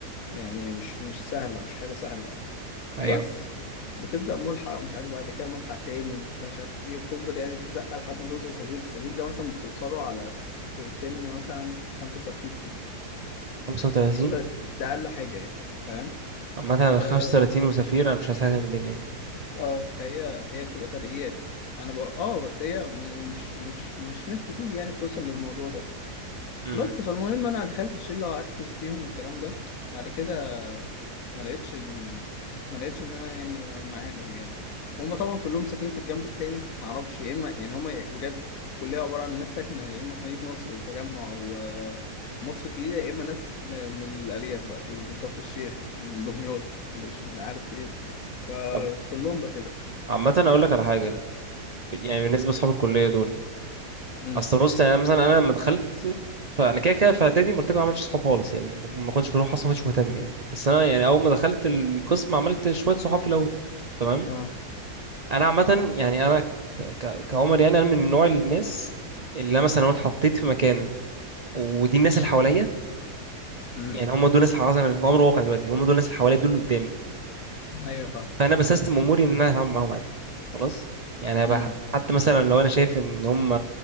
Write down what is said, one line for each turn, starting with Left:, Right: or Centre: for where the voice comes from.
Left: يعني مش مش سهله مش حاجه سهله يعني
Right: ايوه
Left: بس بتبدا ملحق ومش عارف بعد كده ملحق تاني وبعد كده مش عارف ايه وبتفضل يعني تترقى لحد ما توصل سفير السفير ده مثلا بتوصله على س- سن مثلا 35 سنه
Right: 35
Left: 35 ده اقل حاجه يعني فاهم
Right: عامة انا
Left: آه،
Right: 35 وسفير انا مش عايز حاجة من الدنيا يعني
Left: اه فهي هي بتبقى ترقيات يعني انا بقى اه بس هي مش مش مش ناس كتير يعني بتوصل للموضوع ده
Right: امم
Left: بس فالمهم انا دخلت في شله وقعدت وسطيهم والكلام ده بعد كده ما لقيتش ال- ما لقيتش ان انا يعني معاهم يعني هم طبعا كلهم ساكنين في الجنب التاني ما اعرفش يا اما يعني هم بجد الكليه عباره عن ناس ساكنه يا اما في مدينه نصر وتجمع ومصر الجديده يا اما ناس م- من الاليات بقى اللي من كفر الشيخ من دمياط اللي مش عارف ايه فكلهم
Right: طب
Left: بقى كده
Right: عامة اقول لك على حاجة يعني بالنسبة لاصحاب الكلية دول
Left: امم
Right: اصل بص يعني أنا مثلا انا لما دخلت فانا كده كده في اعدادي ما قلت لكم ما عملتش صحاب خالص يعني ما ما كنتش بروح اصلا ما كنتش مهتم يعني بس انا يعني اول ما دخلت القسم عملت شوية صحاب في الاول تمام
Left: اه
Right: انا عامة يعني انا ك... ك... كعمر يعني انا من نوع الناس اللي انا مثلا لو اتحطيت في مكان ودي الناس اللي حواليا
Left: امم
Right: يعني هم دول الناس اللي حصل انا في امر واقع دلوقتي هم دول الناس اللي حواليا دول اللي قدامي
Left: ايوه فاهم
Right: فانا بسيستم اموري ان انا هتعامل معاهم عادي خلاص يعني أبقى
Left: امم
Right: حتى
Left: امم
Right: مثلا لو انا شايف ان هم